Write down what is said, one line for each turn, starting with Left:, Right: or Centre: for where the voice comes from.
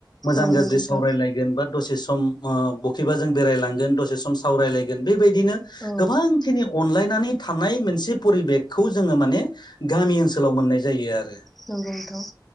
Left: मोजां
Centre: औ
Left: गाज्रि
Centre: नंगौ नोंथां
Left: सावरायलायगोन बा दसे सम ओ बखेबा जों बेरायलांगोन दसे सम सावरायलायगोन बे बादिनो
Centre: औ
Left: गोबांखिनि अनलाइ नानै थानाय मोनसे फरिबेकखौ जोंङो माने गामि ओनसोलाव मोननाय जायो आरो।
Centre: नोंगौ थ'